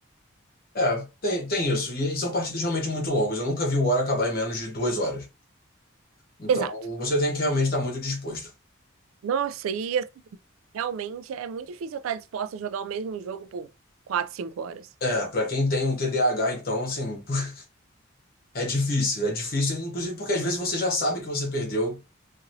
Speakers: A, on the left; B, on the right.
A: é, tem, tem isso. E são partidas realmente muito longas. Eu nunca vi o War acabar em menos de duas horas. Então,
B: Exato.
A: você tem que realmente estar muito disposto.
B: Nossa, e assim, realmente é muito difícil eu estar disposta a jogar o mesmo jogo por 4, 5 horas.
A: É, pra quem tem um TDAH, então, assim, <laughs> é difícil. É difícil, inclusive porque às vezes você já sabe que você perdeu